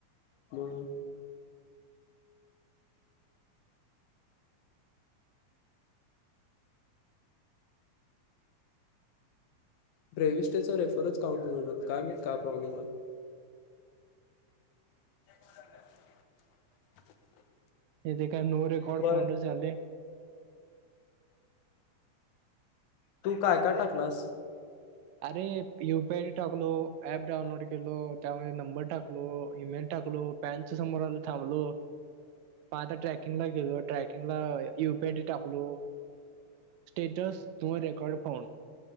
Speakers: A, on the left; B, on the right.
A: मग प्रेविष्टचा चा रिफ्रेन्स काउंट होईल काय माहित काय प्रॉब्लेम आहे? <unintelligible>
B: इथे काय नो रेकॉर्ड
A: वय
B: फाउंडच यायलय
A: तू काय, काय टाकलास?
B: अरे यूपीआयडी टाकलो, ऍप डाऊनलोड केलो, त्यामध्ये नंबर टाकलो, ई-मेल टाकलो पॅनच समोर आलं थांबलो म आता ट्रॅकिंग ला गेलो ट्रॅकिंगला युपीआयडी टाकलो status no record found